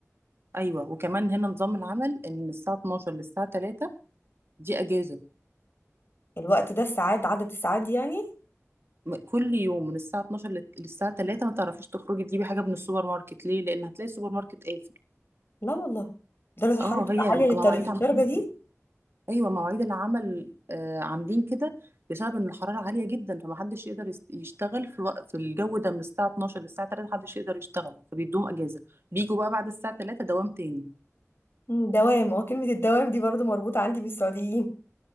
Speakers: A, on the right; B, on the left.
A: ايوه وكمان هنا نظام العمل ان من الساعه 12 للساعه 3 دي اجازه
B: الوقت ده الساعات عدد الساعات دي يعني
A: م- كل يوم من الساعه 12 لل- للساعه 3 ما تعرفيش تخرجي تجيبي حاجه من السوبر ماركت ليه لان هتلاقي السوبر ماركت قافل
B: لا والله درجه الحراره
A: اه
B: بتبقى
A: هي
B: عاليه للطريق
A: مواعيد
B: الدرجه
A: عمل
B: دي
A: ايوه مواعيد العمل آه، عاملين كده بسبب ان الحراره عاليه جدا فمحدش يقدر يس- يشتغل في وقت في الجو ده من الساعه 12 للساعه 3 محدش يقدر يشتغل فبيدوم اجازه بيجوا بقى بعد الساعه 3 دوام تاني
B: مم، دوام اه كلمه الدوام دي برضو مربوطه عندي بالسعوديين